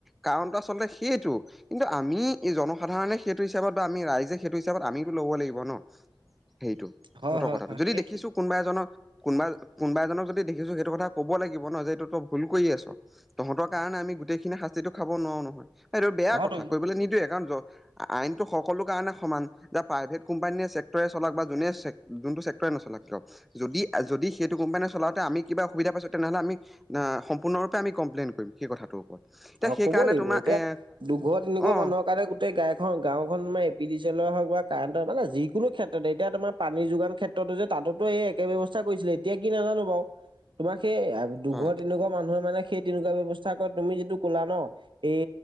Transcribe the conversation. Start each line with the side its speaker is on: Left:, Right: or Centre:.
Centre: কাৰণটো আচলতে সেইটো কিন্তু আমি এই জনসাধাৰণে সেইটো হিচাপত বা আমি ৰাইজে সেইটো হিচাপত আমিতো ল'ব লাগিব ন সেইটো
Right: হয়
Centre: সতৰ্কতাটো
Right: হয় হয়
Centre: যদি
Right: সেইটোৱে
Centre: দেখিছো কোনোবা এজনক কোনোবা-কোনোবা এজনক যদি দেখিছো সেইটো কথা ক'ব লাগিব ন, যে এইটো তই ভুল কৰি আছ। তহঁতৰ কাৰণে আমি গোটেইখিনি শাস্তিটো খাব নোৱাৰো নহয়। এইটো বেয়া
Right: অ'
Centre: কথা কৰিবলৈ
Right: তো
Centre: নিদোৱে কাৰণ আইনতটো সকলো কাৰণে সমান যে প্ৰাইভেট কোম্পানীয়ে আছে ছেক্টৰে চলাওক বা যোনে জোনটো ছেক্টৰে নচলাওক কিয়। যদি যদি সেইটো কোম্পানীয়ে চলাওঁতে আমি কিবা সুবিধা পাইছো তেনেহ'লে আমি ন সম্পূৰ্ণৰূপে আমি কমপ্লেইন কৰিম সেই কথাটোৰ ওপৰত এতিয়া
Right: অ
Centre: সেইকাৰণে
Right: ক'ব লাগিব
Centre: তোমাৰ
Right: এতিয়া
Centre: এ
Right: দুঘৰ তিনি ঘৰ
Centre: অ
Right: মানুহৰ কাৰণে গাইখন গাঁওখন পি ডি চ এলৰ হওক বা কাৰেণ্টৰ মানে যিকোনো ক্ষেত্ৰত এতিয়া তোমাৰ পানী যোগান ক্ষেত্ৰত যে ততেটো এই একে ব্যয়ৱস্থা কৰিছিলে এতিয়া কি নাজানো বাৰু। তোমাৰ সেই দুঘৰ
Centre: হয়
Right: তিনি ঘৰ মানুহৰ মানে সেই তেনেকুৱা ব্যৱস্থা কৰা তুমি যিটো কলা ন? এই